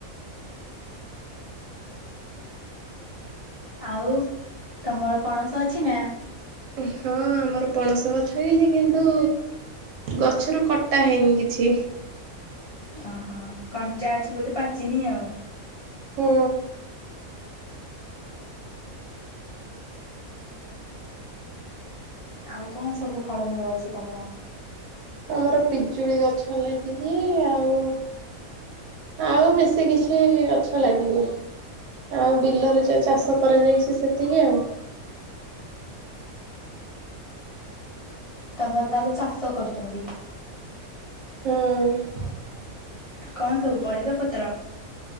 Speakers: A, on the left; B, on the right.
A: ଆଉ ତମର ପଣସ ଅଛି ନା?
B: ହଁ ଆମର ପଣସ ଗଛ ହେଇଚି କିନ୍ତୁ ଗଛରୁ କଟା ହେଇନି କିଛି। ଇ।
A: ଓହୋ କଞ୍ଚା ଅଛି ବୋଧେ ପାଚିନି ଆଉ?
B: ହୁଁ।
A: ଆଉ କଣ ସବୁ ଫଳ ମୂଳ ଅଛି ତମର?
B: ଆମର ପିଜୁଳି ଗଛ ଲାଗିଚି ଆଉ ଆଉ ବେଶୀ କିଛି ଗଛ ଲାଗିନି। ଆଉ ବିଲରେ ଯୋଉ ଚାଷ କରାଯାଇଚି ସେତିକି ଆଉ।
A: ତମର ତାହେଲେ ଚାଷ କରଚନ୍ତି?
B: ହୁଁ।
A: କଣ ସବୁ ପରିବା ପତ୍ର?